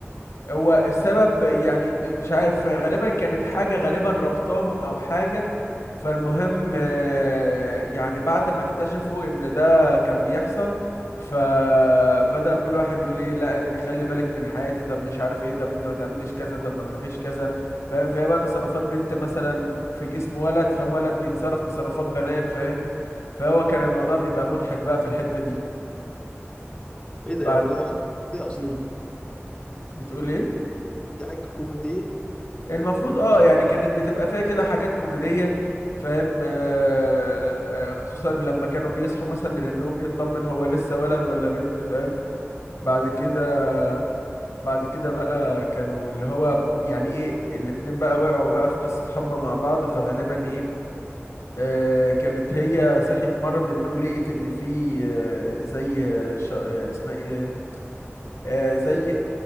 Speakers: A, on the left; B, on the left.
A: هو السبب يعني م- مش عارف غالبا كانت حاجة غالبا ربطاهم أو حاجة فالمهم آه، يعني بعد ما اكتشفوا إن ده كان بيحصل فبدأ كل واحد يقول ايه لا انت خلي بالك من حياتي طب مش عارف ايه طب انت ما تعمليش كذا طب ما تروحيش كذا فاهم فهي بقى تصرفات بنت مثلا في جسم ولد فولد بيتصرف تصرفات بنات فاهم فهو كان الموضوع بيبقى مضحك بقى في الحتة دي
B: ايه ده
A: بعد
B: يعني ده حاجه كوميدية اصلا
A: امم بتقول ايه
B: دي حاجه كوميديه
A: المفروض اه يعني كانت بتبقى فيها كده حاجات كوميدية فاهم آه، آه، خصوصا لما كانوا بيصحوا مثلا من النوم يطمن هو لسه ولد ولا بنت فاهم بعد كده بعد كده بقى كانوا اللي هو يعني ايه الاتنين بقى وقعوا بقى في قصة حب مع بعض فغالبا ايه آه، كانت هي صحيت مرة من النوم لقيت ان في آه، زي آه، ش- آه، اسمها ايه دي؟ آه، زي